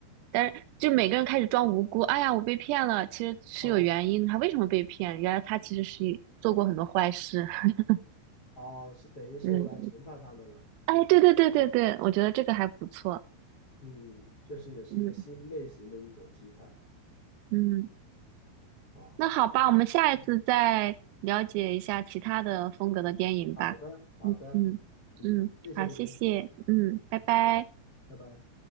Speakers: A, on the right; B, on the left.
A: 但是就每个人开始装无辜。哎呀，我被骗了，其实是有原因，
B: 哦
A: 他为什么被骗？原来他其实是一做过很多坏事。<laughs>
B: 哦，是等于是来惩罚他们了。
A: 嗯，哎，对对对对对，我觉得这个还不错。
B: 嗯，确实也是一个新类型的一种题材
A: 嗯嗯，
B: 啊。
A: 那好吧，我们下一次再了解一下其他的风格的电影吧。
B: 嗯好的，好的，
A: 嗯嗯嗯，
B: 嗯，谢谢您，
A: 好，谢谢，嗯，拜拜。
B: 拜拜。